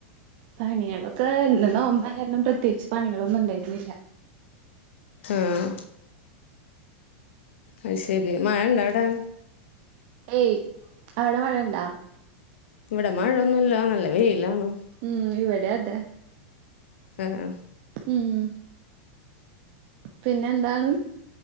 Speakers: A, on the right; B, on the left.
A: പണിയളൊക്കെ ഇന്ന് നോമ്പായാര്ണം പ്രത്യേച്ച് പണികളൊന്നും ഇണ്ടേര്ന്നില്ല.
B: ആഹ് അയ് ശെരി മഴ ഇണ്ടവ്ടെ
A: ഏയ്. അവ്ടെ മഴണ്ടാ
B: ഇവടെ മഴൊന്നുല്ല നല്ല വെയ്ലാണ്.
A: ഉം ഇവടെഅതെ.
B: ആഹ് ആഹ്
A: ഉം ഉം പിന്നെ എന്താണ്